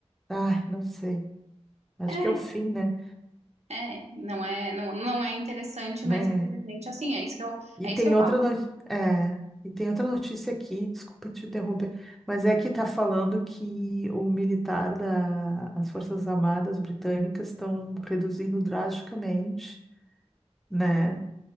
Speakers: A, in the centre; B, on the right.
A: ai, não sei. Acho
B: É,
A: que é o fim, né?
B: É, não é, não, não é interessante,
A: Né?
B: mas infelizmente assim, é isso que eu,
A: E
B: é
A: tem
B: isso que eu falo.
A: outra no... é, e tem outra notícia aqui, desculpa te interromper, mas é que está falando que o militar da as Forças Armadas Britânicas estão reduzindo drasticamente, né?